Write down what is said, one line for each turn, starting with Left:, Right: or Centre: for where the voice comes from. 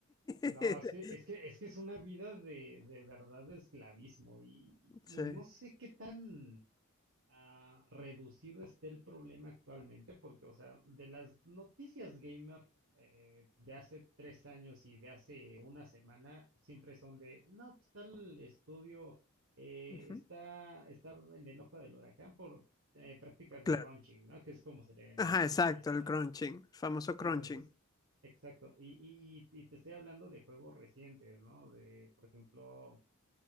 Right: No,
Left: <laughs>
Right: es que, es que, es que es una vida de, de verdad de esclavismo y, y
Left: Sí.
Right: no sé qué tan ah, reducido esté el problema actualmente, porque, o sea, de las noticias gamer eh, de hace tres años y de hace una semana, siempre son de, no, pues tal estudio eh,
Left: Ujú.
Right: está, está en el ojo del huracán por eh, prácticas de
Left: Claro.
Right: crunching, ¿no? Que es como se le denomina
Left: Ajá, exacto,
Right: a esa,
Left: el crunching, el famoso crunching.
Right: Entonces, exacto. Y, y- y te estoy hablando de juegos recientes, ¿no? De, por ejemplo,